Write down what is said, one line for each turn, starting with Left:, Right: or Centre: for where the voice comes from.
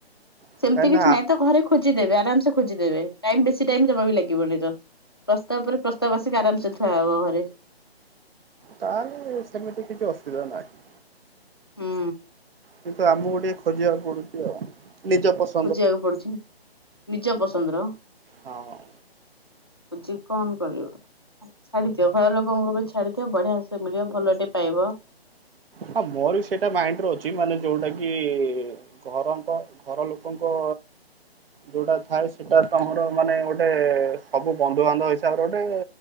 Right: କାହିଁକି
Left: ସେମିତି କିଛି
Right: ନା
Left: ନାଇଁ ତ ଘରେ ଖୋଜିଦେବେ ଆରାମ ସେ ଖୋଜିଦେବେ ଟାଇମ ବେଶୀ ଟାଇମ ଜମା ବି ଲାଗିବନି ତ। ପ୍ରସ୍ତାବ ପରେ ପ୍ରସ୍ତାବ ଆସିକି ଆରାମସେ ଥୁଆହବ ଘରେ।
Right: ତାହେଲେ ସେମିତି କିଛି ଅସୁବିଧା ନାହିଁ।
Left: ହୁଁ
Right: କିନ୍ତୁ ଆମକୁ ଗୋ ଟିକେ ଖୋଜିବାକୁ ପଡୁଛି ଆଉ ନିଜ ପସ୍
Left: ଖୋଜିବାକୁ ପଡୁଛି ନିଜ ପସନ୍ଦର।
Right: ହଁ ହଁ।
Left: ବୁଝି କଣ କରିବ? ଛାଡିଦିଅ ଘର ଲୋକଙ୍କୁ ବି ଛାଡିଦିଅ ବଢିଆ ସେ ମିଳିବ ଭଲ ଟେ ପାଇବ।
Right: ହଁ ମୋର ବି ସେଇଟା ମାଇଣ୍ଡରେ ଅଛି ମାନେ ଯୋଉଟା କି ଘରଙ୍କ ଘର ଲୋକଙ୍କ ଯଉଟା ଥାଏ ସେଟା ତମର ମାନେ ଗୋଟେ ସବୁ ବନ୍ଧୁବାନ୍ଧବ ହିସାବରେ ଗୋଟେ